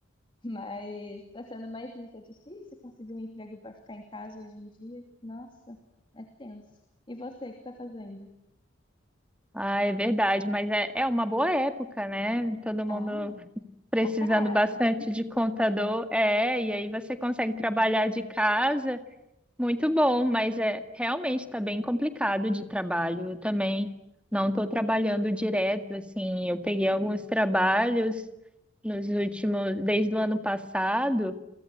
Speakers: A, on the left; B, in the centre.
A: <laughs> Mas tá sendo mais isso. É difícil conseguir um emprego para ficar em casa hoje em dia. Nossa, é tenso. E você, o que tá fazendo?
B: Ah, é verdade, mas é, é uma boa época, né? Todo mundo
A: Ah,
B: precisando
A: Pra caraca!
B: bastante de contador. É, e aí você consegue trabalhar de casa, muito bom, mas é realmente está bem complicado de trabalho. Eu também não estou trabalhando direto, assim, eu peguei alguns trabalhos nos últimos, desde o ano passado.